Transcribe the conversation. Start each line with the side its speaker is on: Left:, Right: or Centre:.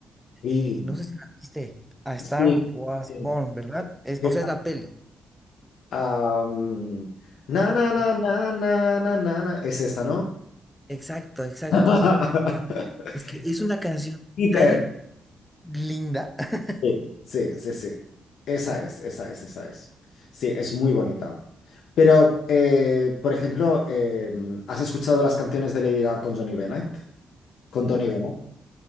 Left: Sí,
Centre: eh, no sé si la viste, A Star
Left: sí,
Centre: Was
Left: sí,
Centre: Born, ¿verdad? Es-
Left: sí,
Centre: o sea,
Left: claro.
Centre: es la peli.
Left: Am, na, na, na,
Centre: ¿Cuál?
Left: na, na, na, na, na. Es esta, ¿no?
Centre: Exacto, exacto.
Left: <laughs>
Centre: Es que es una canción
Left: Hiper.
Centre: tan linda. <laughs>
Left: Sí, sí, sí. sí. Esa es, esa es, esa es. Sí, es muy bonita. Pero, eh, por ejemplo, eh, ¿has escuchado las canciones de Lady Gaga con Johnny Bennett? Con Tony Bennett.